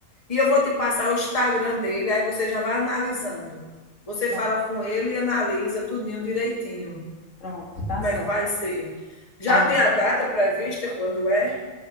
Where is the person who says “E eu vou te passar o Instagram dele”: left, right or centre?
Left